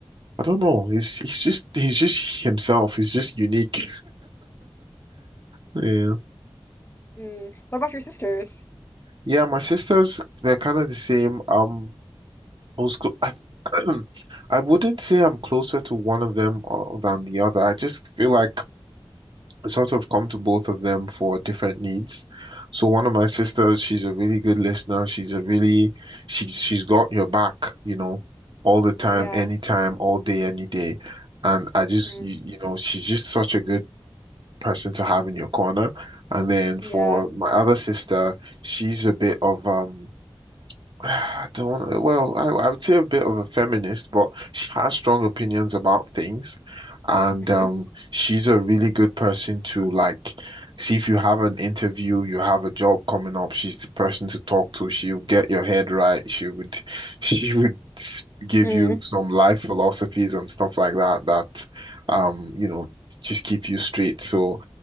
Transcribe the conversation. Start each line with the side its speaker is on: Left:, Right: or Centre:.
Right: I don't know. He's he's just he's just himself. He's just unique. Yeah.
Left: Mm. What about your sisters?
Right: Yeah, my sisters, they're kind of the same. Um I was clo- I, <clears throat> I wouldn't say I'm closer to one of them uh, than the other. I just feel like sort of come to both of them for different needs. So one of my sisters, she's a really good listener. She's a really she's she's got your back, you know, all the time,
Left: Yeah.
Right: anytime, all day, any day. And I just
Left: Mm.
Right: you, you know, she's just such a good person to have in your corner. And then for
Left: Yeah.
Right: my other sister, she's a bit of um <sighs> I don't want well, I, I would say a bit of a feminist, but she has strong opinions about things. And
Left: hmm
Right: um, she's a really good person to like see if you have an interview, you have a job coming up, she's the person to talk to. She'll get your head right. She would <laughs> she would s- give
Left: Mm.
Right: you some life philosophies and stuff like that that um, you know, just keep you straight. So